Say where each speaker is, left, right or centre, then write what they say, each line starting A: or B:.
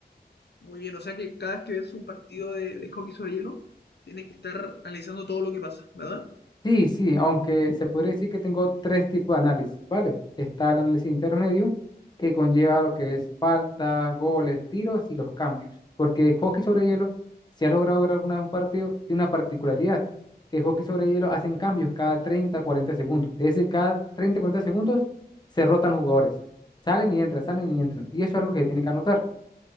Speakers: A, on the left (about 75°); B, on the left (about 25°).
A: muy bien. O sea que cada vez que ves un partido de, de hockey sobre hielo, tienes que estar analizando todo lo que pasa, ¿verdad?
B: Sí, sí, aunque se podría decir que tengo tres tipos de análisis, ¿vale? Está el análisis intermedio, que conlleva lo que es faltas, goles, tiros y los cambios. Porque el hockey sobre hielo, si has logrado ver alguna vez un partido, tiene una particularidad, que el hockey sobre hielo hacen cambios cada 30 40 segundos. Es decir, cada 30 40 segundos se rotan los jugadores. Salen y entran, salen y entran. Y eso es algo que tienen que anotar.